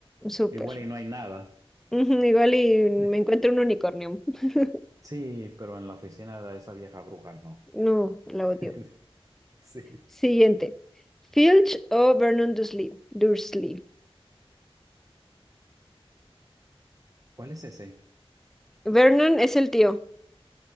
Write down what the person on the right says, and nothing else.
igual y no hay nada.
<laughs>
Sí, pero en la oficina de esa vieja bruja no.
<laughs>
Sí.
¿Cuál es ese?